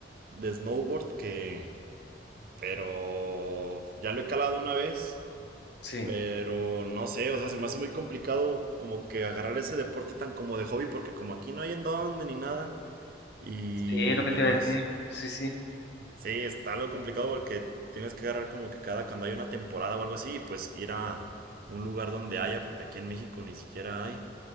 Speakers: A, on the right; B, on the left.
A: de snowboard que... pero... ya lo he calado una vez.
B: Sí,
A: Pero no sé, o sea, se me hace muy complicado como que agarrar ese deporte tan como de hobby porque como aquí no hay en dónde ni nada y
B: sí, es lo que
A: demás.
B: te iba a decir. Sí, sí,
A: Sí, está algo complicado porque tienes que agarrar como que cada cuando hay una temporada o algo así, y pues ir a un lugar donde haya porque aquí en México ni siquiera hay.